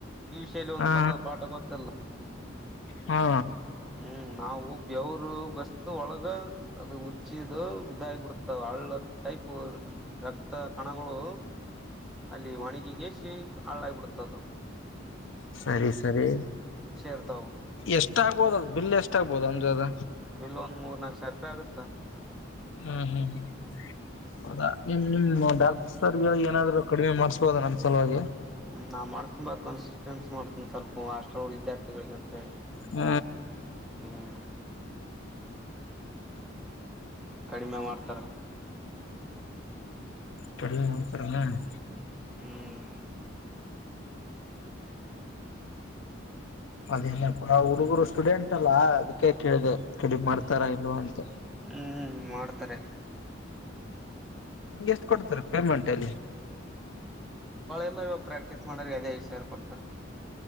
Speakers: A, in the centre; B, on the left.
A: ಈ ವಿ ಶೈಲಿ ಒಂದು
B: ಹಾ
A: ಬಂದ ಪಾಠ ಗೊತ್ತಲ್ಲ
B: ಹಾ
A: ಹ್ಮ್ ನಾವು ಬೆವರು ಬಸ್ ಒಳಗ ಅದು ಹುಚ್ಚಿದು ಇದಾಗಿಬಿಡ್ತವೆ ಹಳ್ಳ ಟೈಪ್ ರಕ್ತ ಕಣಗಳು ಅಲ್ಲಿ ಒಣಿಗಿಗೆ ಸಿ ಹಳ್ಳಳ ಆಗಬಿಡ್ತದೆ ಹತ್ತದು
B: ಸರಿ ಸರಿ
A: ಇರ್ತಾವ
B: ಎಷ್ಟಾಗಬೋದ ಅದು ಬಿಲ್ ಎಷ್ಟಾಗಬೋದು ಅಂದ ಅದ
A: ಬಿಲ್ ಒಂದ್ ಮೂರ್ ನಾಕಕ್ ಸಾವಿರ ರೂಪಾಯಿ ಆಗುತ್ತಾ
B: ಹ್ಮ್ ಹ್ಮ್ ಹ್ಮ್ ಅದ ನಿಮ ನಿ ಡಾಕ್ಟರ್ ಏನಾದ್ರು ಕಡಿಮೆ ಮಾಡ್ಸ್ಬೋದ ನಮ್ ಸಲುವಾಗಿ
A: ಹ್ಮ ನಾ ಮಾಡ್ಸನ್ ಬಾ ಕನ್ಸಿಸ್ಟೆನ್ಸ್ ಮಾಡ್ತೀನಿ ಸ್ವಲ್ಪ ಹಾಸ್ಟ್ರ ವಿದ್ಯಾರ್ಥಿಗಳಿಗೆ ಅಂತ ಹೇಳಿ
B: ಹ್ಮ್
A: ಹ್ಮ್ ಕಡಿಮೆ ಮಾಡ್ತಾರ
B: ಕಡಿಮೆ ಮಾಡ್ತಾ ತಾನೇ
A: ಹ್ಮ್
B: ಅದೇನಪ್ಪ ಹುಡುಗರು ಸ್ಟೂಡೆಂಟ್ ಅಲ್ಲಾ ಅದಕ್ಕೆ ಕೇಳಿದೆ ಕಡಿಮ ಮಾಡ್ತಾರ ಇಲ್ ಅಂತ
A: ಹ್ಮ್ ಮಾಡ್ತಾರೆ
B: ನಿಂಗೆ ಎಷ್ಟು ಕೊಡ್ತಾರೆ ಕ ಮಟಲಿ
A: ಎ ಇವಾಗ ಪ್ರಾಕ್ಟೀಸ್ ಮಾಡ್ರ ಅದೇ ಐದು ಸಾವರ್ ಕೊಡ್ತಾರೆ